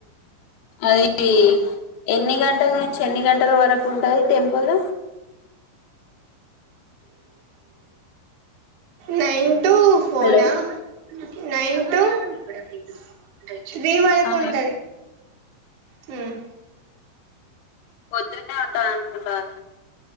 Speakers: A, on the left; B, on the right.
A: అదీ ఎన్ని గంటలు నుంచి ఎన్ని గంట టల వరకు ఉంటది టెంపుల్
B: నైన్ టూ ఫోరా
A: హలో
B: నైన్ టూ <inaudible> త్రీ వరకు
A: ఆ
B: ఉంటది హ్మ్
A: పొద్దునే ఉంటంది అనుకుంటారు